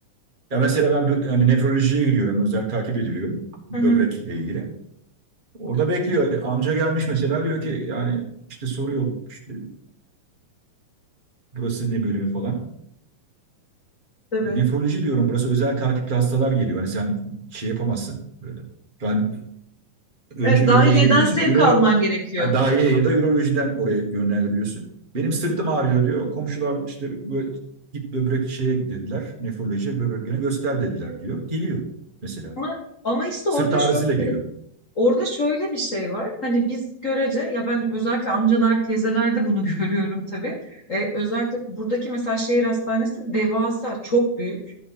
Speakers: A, on the right; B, on the left.
A: ya mesela ben bö- hani nefrolojiye gidiyorum. Özel takip ediliyorum böbrekle
B: Hı hı,
A: ilgili. Orada bekliyor. Amca gelmiş mesela diyor ki yani işte soruyor işte burası ne bölümü falan.
B: tabii.
A: Nefroloji diyorum burası özel takipli hastalar geliyor. Hani sen şey yapamazsın. Böyle. Ben önce
B: Evet, dahiliyeden
A: ürolojiye gidiyorsun.
B: sevk
A: Ürolog
B: alman gerekiyor.
A: yani daireye ya da ürolojiden oraya yönlendiriliyorsun. Benim sırtım ağrıyor diyor. Komşular işte bö- git böbrek şeye dediler. Nefrolojiye böbreklerini göster dediler diyor. Geliyor mesela.
B: Ama, ama işte
A: Sırt
B: orada
A: ağrısıyla
B: şöyle.
A: geliyor.
B: Orada şöyle bir şey var. Hani biz görece ya ben özellikle amcalar, teyzelerde bunu <laughs> görüyorum tabii. Ee, özellikle buradaki mesela şehir hastanesi devasa, çok büyük.